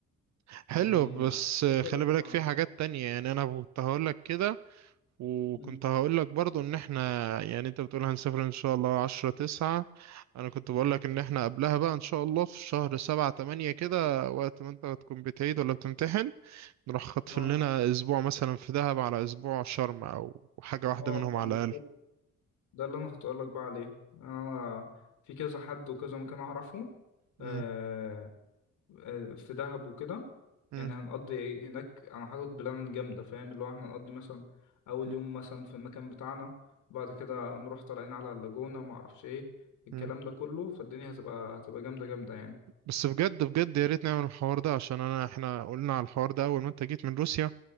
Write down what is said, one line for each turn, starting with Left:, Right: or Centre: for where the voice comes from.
Right: حلو
Left: يعني
Right: بس
Left: أعتقد
Right: آه، خلي
Left: هتبقى
Right: بالك في حاجات تانية يعني انا كنت هقول لك كده وكنت
Left: مم.
Right: هقول لك برضو ان احنا يعني انت بتقول هنسافر ان شاء الله عشرة تسعة انا كنت بقول
Left: مم.
Right: لك ان احنا قبلها بقى ان شاء الله في شهر سبعة تمانية كده وقت ما انت هتكون بتعيد ولا بتمتحن نروح خاطفين
Left: اه
Right: لنا اسبوع مثلا في دهب على اسبوع شرم او حاجة واحدة
Left: هو
Right: منهم على
Left: بالظبط
Right: الاقل
Left: ده اللي أنا كنت أقولك بقى عليه يعني أنا في كذا حد وكذا مكان أعرفه
Right: مم.
Left: آه آه، في دهب وكده
Right: مم.
Left: يعني هنقضي هناك انا حاطط بلان جامده فاهم اللي هو احنا هنقضي مثلا اول
Right: مم.
Left: يوم مثلا في المكان بتاعنا بعد كده
Right: مم.
Left: نروح طالعين على اللاجونه ما اعرفش ايه الكلام
Right: مم.
Left: ده كله فالدنيا هتبقى هتبقى جامده جامده يعني
Right: بس بجد بجد يا ريت نعمل الحوار ده عشان انا احنا قلنا على الحوار ده اول ما انت جيت من روسيا